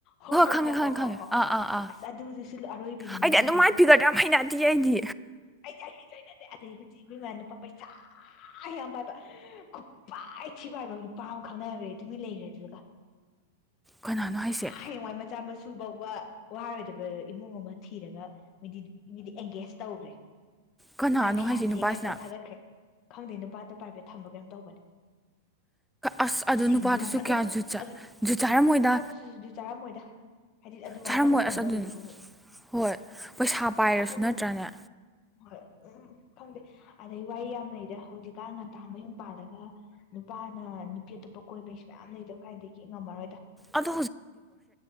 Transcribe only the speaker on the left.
ꯍꯣ ꯍꯣ
ꯍꯣꯏ
ꯍꯣꯏ ꯍꯣꯏ
ꯍꯣꯏ ꯍꯣꯏ
ꯑꯁ ꯑꯗꯨꯗꯨꯁꯨ ꯑꯔꯣꯏꯕꯤꯒꯅꯤ
ꯀꯩꯅꯣ
ꯑꯩ ꯆꯥꯏ ꯆꯣꯏꯅꯗꯦ ꯑꯗꯩ ꯍꯧꯖꯤꯛ ꯃꯤꯃꯥꯅꯄꯥ ꯄꯩꯁꯥ <unintelligible> ꯑ ꯌꯥꯝ ꯄꯥꯏꯕ ꯈꯨꯄꯥꯏꯊꯤ ꯄꯥꯏꯕ ꯄꯥꯝ ꯈꯪꯅꯈ꯭ꯔꯦ ꯗꯨꯃꯤꯟ ꯂꯩꯈ꯭ꯔꯦ ꯑꯗꯨꯗꯨꯒ <unintelligible>
ꯑ ꯍꯌꯦꯋꯥꯏ ꯃꯆꯥ ꯃꯁꯨ ꯁꯨꯐꯥꯎ ꯋꯥ ꯋꯥꯔꯣꯏꯗꯕ ꯏꯃꯨꯡ ꯑꯃ ꯊꯤꯔꯒ ꯃꯤꯗꯤ ꯃꯤꯗꯤ ꯑꯦꯡꯒꯦꯖ ꯇꯧꯈꯒꯔꯦ <unintelligible>
ꯃꯥꯏ ꯐꯤꯌꯥꯟꯁꯦ
ꯀꯥꯏ ꯇꯧꯔ ꯊꯥꯒꯠꯈ꯭ꯔꯦ ꯈꯪꯗꯦ ꯅꯨꯄꯥꯗ ꯄ꯭ꯔꯥꯏꯚꯦꯠ ꯊꯝꯕ ꯀꯩꯝ ꯇꯧꯕꯅꯦ
ꯁꯤꯡꯗꯣꯔ
ꯑꯗꯣ
ꯑꯗꯨ
ꯅꯨꯄꯥꯗꯨꯁꯨ ꯑꯗꯨ ꯆꯥꯔꯝꯃꯣꯏꯗ ꯍꯥꯏꯗꯤ ꯑꯗꯨꯃꯥꯏꯅ
ꯂꯧꯅꯤ
ꯂꯧꯔꯤꯗꯨꯕꯨ
ꯑꯐꯪꯕ
ꯍꯣꯏ ꯎꯝ ꯈꯪꯗꯦ ꯑꯗꯩ ꯋꯥ ꯌꯥꯝ ꯂꯩꯔꯦ ꯍꯧꯖꯤꯛꯀ ꯉꯟꯇꯥ ꯃꯌꯨꯝ ꯄꯥꯜꯂꯒ ꯅꯨꯄꯥꯅ ꯅꯨꯄꯤ ꯑꯇꯣꯞꯄ ꯀꯣꯏꯕꯩꯁꯨ ꯃꯌꯥꯝ ꯂꯩꯗꯣ ꯀꯥꯏꯗꯒꯤ ꯉꯝꯃꯔꯣꯏꯗ